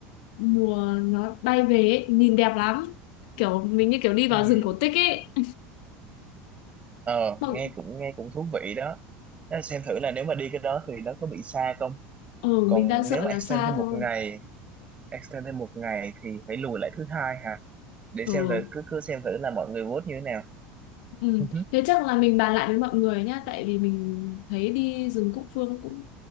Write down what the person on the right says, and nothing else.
ừ.
ờ
nghe cũng nghe cũng thú vị đó Đó, xem thử là nếu mà đi cái đó thì nó có bị xa không
còn
nếu mà
extend
thêm một
ngày extend thêm một ngày thì phải lùi lại thứ hai hả để
xem thử cứ cứ xem thử là mọi người vote như thế nào
Ừ. hứ.